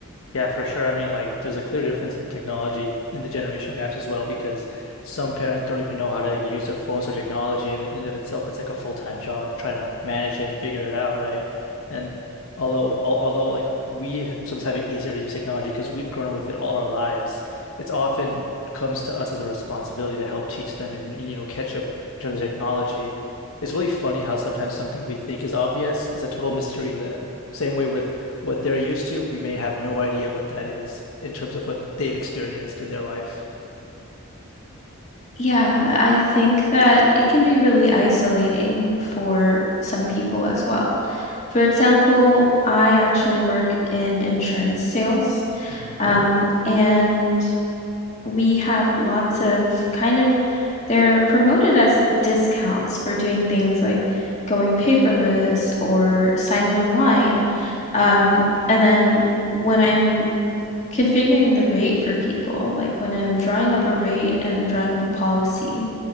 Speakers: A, on the left; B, on the left.
A: Yeah, for sure. I mean, like, there's a clear difference in technology in the generational gaps as well, because some parents don't even know how to like, use their phones or technology, and in and of itself, it's like a full-time job trying to manage it and figure it out, right? And Although, al- although like we sometimes have it easier to use technology because we've grown up with it all our lives, it's often comes to us as a responsibility to help teach them and, and, you know catch up in terms of technology. It's really funny how sometimes something we think is obvious is a total mystery to them. Same way with what they're used to, we may have no idea what that is in terms of what they've experienced in their life.
B: Yeah, I think that it can be really isolating for some people as well. For example, I actually work in insurance sales,
A: Mm.
B: Mm. um, and we have lots of kind of They're promoted as discounts for doing things like going paperless or signing online. Um, and then when I'm configuring the rate for people, like when I'm drawing up a rate and drawing up a policy,